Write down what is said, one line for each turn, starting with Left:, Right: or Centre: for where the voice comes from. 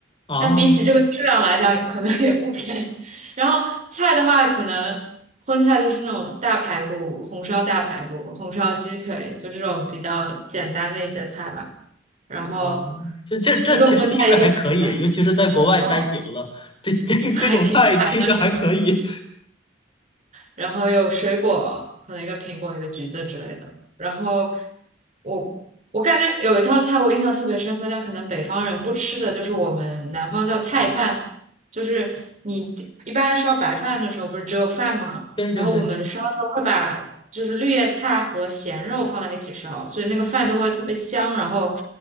Left: 啊
Right: 但比起这个质量来讲，可能也不便宜。然后菜的话，可能荤菜就是那种大排骨、红烧大排骨、红烧鸡腿，就这种比较简单的一些菜吧。然后
Left: 啊？这这这其实听着还可以，
Right: 一个荤菜，一个素菜，
Left: 尤其是在国外待久了，
Right: 哦，
Left: 这这这种菜听着还可以。
Right: 还挺馋的是吗？然后有水果，可能一个苹果，一个橘子之类的。然后我我感觉有一道菜我印象特别深刻，但可能北方人不吃的就是我们南方叫菜饭，就是你一般烧白饭的时候不是只有饭吗？
Left: <laughs> 对对对，
Right: 然后我们烧的时候会把就是绿叶菜和咸肉放在一起烧，所以那个饭就会特别香，然后